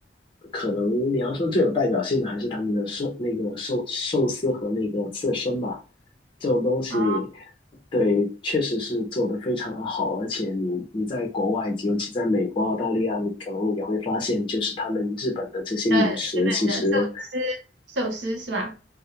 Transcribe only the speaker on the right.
哦，
呃，日本的寿司，
寿司是吧？